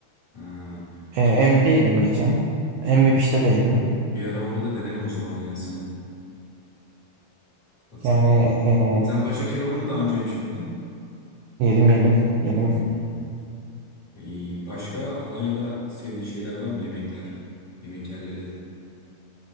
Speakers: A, on the left (about 40°); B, on the right (about 80°).
A: Ha.
B: Ee, Envy'de
A: Keşke
B: yedim geçen. Envy Beach'te de yedim.
A: bir ara onu da denerim o zaman ya. Sen bahsettin.
B: Yani ee,
A: Sen paşa kebabını daha önce yemiş miydin?
B: yedim yedim yedim.
A: Hı. İyi. Başka Alanya'da sevdiğin şeyler var mı? Yemekler, yemek yerleri.